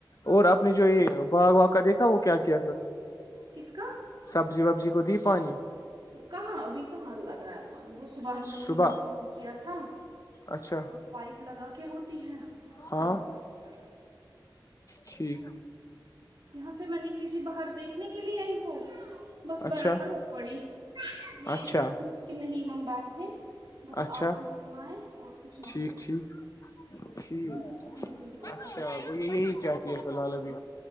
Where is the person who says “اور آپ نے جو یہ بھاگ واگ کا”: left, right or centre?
Left